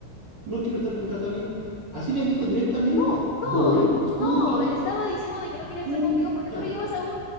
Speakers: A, on the right (about 35°); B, on the left (about 85°).
A: no quiero estar con Catalina. Así le dijo directamente.
B: No,
A: Bobby,
B: no,
A: escucha,
B: no, estaba diciendo de que no
A: escucha,
B: quería estar contigo porque tú le llevas a un